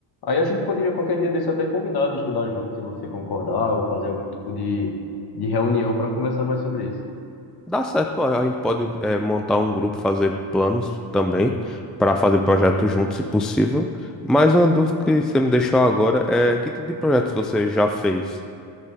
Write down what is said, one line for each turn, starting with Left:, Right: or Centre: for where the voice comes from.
Left: Aí a gente poderia qualquer dia desse até combinar de estudar junto, se você concordar, ou fazer algum tipo de, de reunião para conversar mais sobre isso.
Centre: Dá certo, a a gente pode é, montar um grupo, fazer planos também para fazer projetos juntos, se possível. Mas uma dúvida que você me deixou agora é que tipo de projetos você já fez?